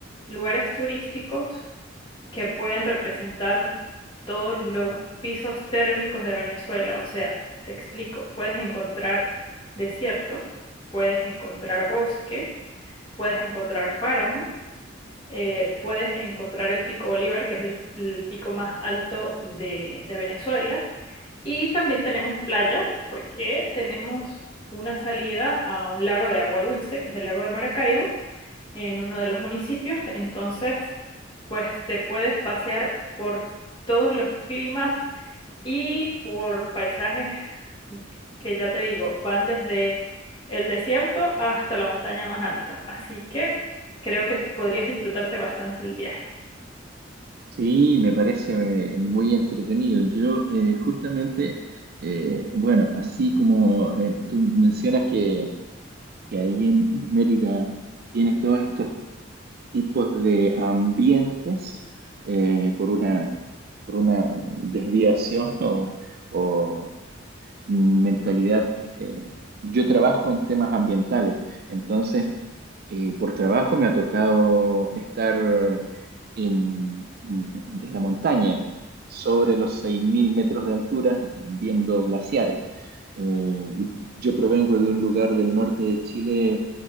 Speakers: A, on the left; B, on the right.
A: lugares turísticos que pueden representar todos los pisos térmicos de Venezuela. O sea, te explico, puedes encontrar desierto, puedes encontrar bosques, puedes encontrar páramo, eh, puedes encontrar el Pico Bolívar, que es el, el pico más alto de, de Venezuela. Y también tenemos playas, porque tenemos una salida a un lago de agua dulce, que es el lago de Maracaibo en uno de los municipios, entonces pues te puedes pasear por todos los climas y por paisajes que ya te digo, van desde el desierto hasta la montaña más alta, así que creo que podrías disfrutarte bastante el viaje.
B: Sí, me parece eh, muy entretenido. Yo eh, justamente, eh, bueno, así como eh, tú mencionas que, que ahí en, en Mérida tienes todos estos tipos de ambientes eh, por una, por una desviación <laughs> o, o mentalidad. eh, yo trabajo en temas ambientales, entonces eh, por trabajo me ha tocado estar en, en- en la montaña, sobre los 6.000 metros de altura, viendo glaciares. Eh, y yo provengo de un lugar del norte de Chile